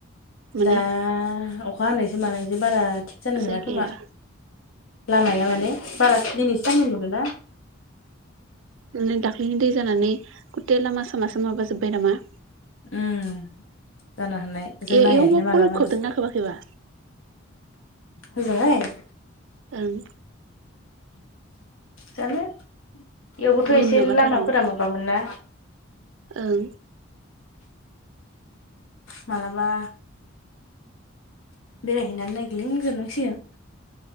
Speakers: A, on the right; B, on the left.
A: माने
B: दा अखा हानायसो मानायसो बारा थिग जानाय
A: जायगाया
B: नङा खोमा लामाया माने बारा दिनैसो सानदों दोंदो ना
A: मे दाख्लै नि दै जानानै गुथे लामा सामा सो माबाजोब्बाय नामा
B: उम। जानो हानाय जों
A: ए-एयावबो
B: नायहैयाखैना मालाबा।
A: फलब खोबदोंना खोबाखैबा
B: ह'जायाव।
A: ओं।
B: जानो। इयावबोथ'
A: मेन
B: एसे
A: माबाथाराव
B: लामाफोरा माबामोन ना।
A: ओं
B: मालाबा। बेरायहैनानै नायग्लिं जोबनांसिगोन।